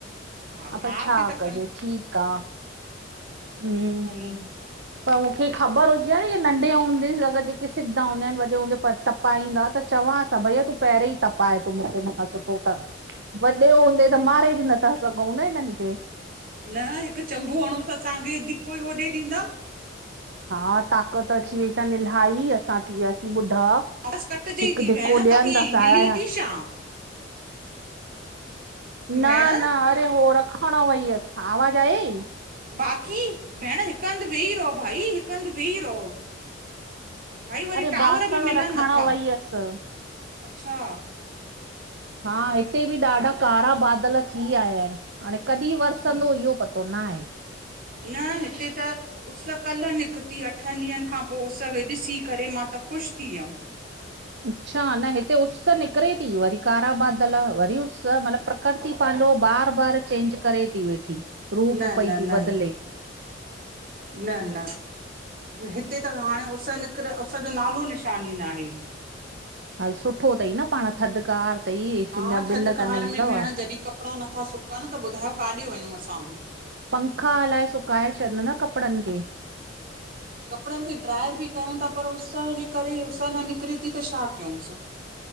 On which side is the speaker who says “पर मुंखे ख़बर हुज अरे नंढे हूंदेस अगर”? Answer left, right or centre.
Right